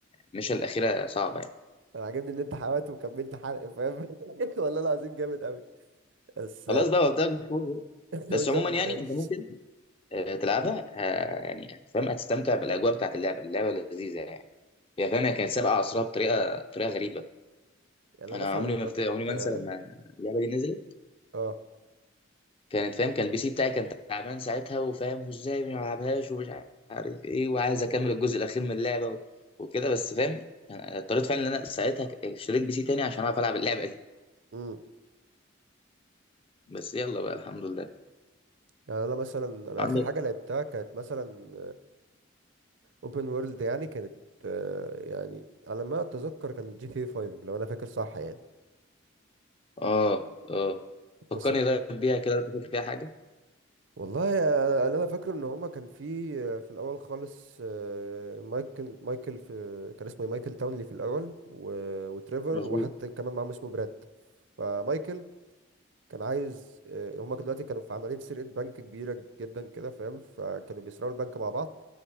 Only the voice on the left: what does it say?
المشة الاخيره صعبه يعني
خلاص
بقى قلت لك بفوز.
بس
عموما
يعني انت ممكن آه، تلعبها ه- يعني فاهم هتستمتع بالاجواء بتاعت اللعبه اللعبه لذيذه يعني هي فاهم هي كانت سابقه عصرها بطريقه بطريقه غريبه
انا
عمري
ما فت...
عمري ما
انسى لما اللعبه دي نزلت
كانت فاهم كان البي سي بتاعي كان تعبان ساعتها وفاهم وازاي ما يلعبهاش ومش عارف ايه وعايز اكمل الجزء الاخير من اللعبه و- وكده بس فاهم يعني اضطريت فعلا ان انا ساعتها ك- اشتريت بي سي تاني عشان اعرف العب اللعبه دي
بس يلا بقى الحمد لله
عندي
اه اه
فكرني طيب بيها كده لو فاكر فيها حاجه
مظبوط